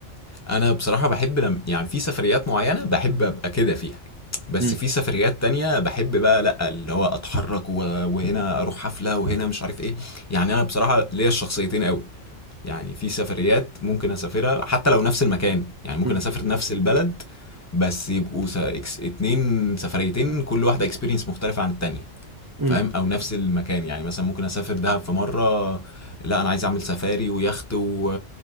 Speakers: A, on the left (about 15°); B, on the right (about 30°).
A: أنا بصراحة باحب لم يعني في سفريات معيّنة باحب أبقى كده فيها، بس
B: مم.
A: في سفريات تانية باحب بقى لأ، اللي هو أتحرّك و وهنا أروح حفلة وهنا مش عارف إيه، يعني أنا بصراحة ليّا الشخصيتين أوي، يعني في سفريات ممكن أسافرها حتى لو نفس المكان، يعني ممكن
B: مم.
A: أسافر نفس البلد بس يبقوا س إكس اتنين سفريتين كل واحدة experience مختلفة عن التانية.
B: مم.
A: فاهم او نفس المكان يعني مثلا ممكن اسافر دهب في مره لا انا عايز اعمل سفاري ويخت و...